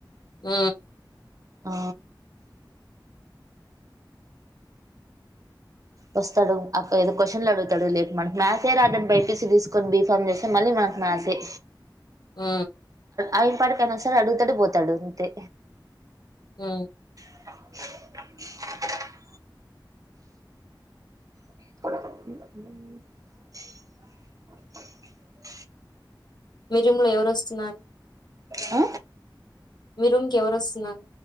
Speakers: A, on the left; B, on the right.
A: ఉ
B: ఆ వస్తాడు అప్ ఏదో క్వషన్స్ అడుగుతాడు లేపి మనకు మ్యాథ్సే రాదని బైపీసీ తీసుకొని బీఫామ్ చేస్తే మళ్ళీ మనకు మ్యాసే.
A: ఉ
B: ఆయన పనికి ఆయన వస్తాడు అడుగుతడు పోతాడు అంతే.
A: ఉ
B: <inaudible> <unintelligible>
A: మీ జిమ్ము లో ఎవరోస్తున్నారు.
B: అ
A: మీ రూమ్ కీ ఎవరు వస్తున్నారు,